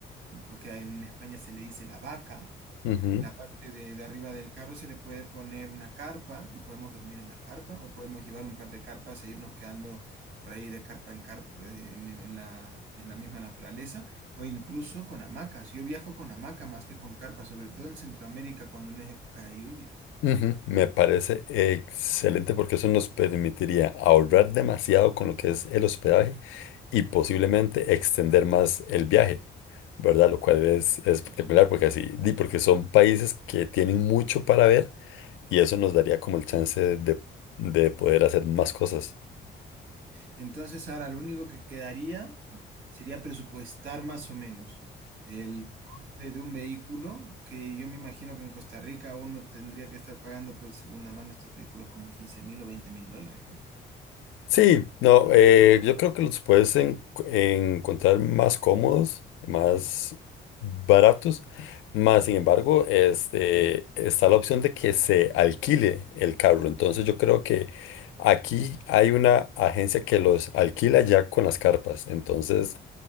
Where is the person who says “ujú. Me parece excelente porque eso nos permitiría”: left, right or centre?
Left